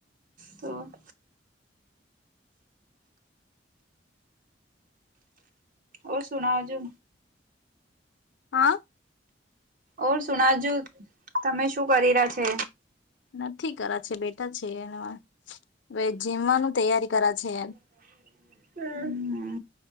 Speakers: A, on the right (about 45°); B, on the left (about 80°).
A: તો ઓ સુનાજો
B: હા
A: ઓર સુનાજુ તમે શું કરી રહ્યા છે.
B: નથી કરા છે બેઠા છે એને જીમવાનું તૈયારી કરા છે.
A: <inaudible>